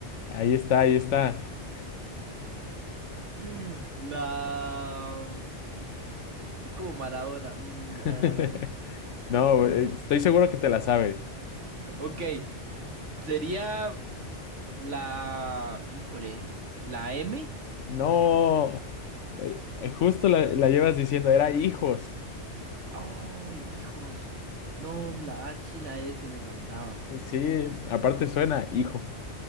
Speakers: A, on the left (about 80°); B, on the right (about 80°).
A: Ahí está, ahí está.
B: <laughs> La... Soy como Maradona. mm,
A: <laughs>
B: em,
A: No, eh,
B: eh,
A: estoy seguro que te la sabes.
B: Ok, sería la, híjole, la M.
A: No, eh, eh, justo la, la llevas diciendo, era hijos.
B: Oh, hijos. No, la H y la S me faltaba.
A: Sí, aparte suena hijo.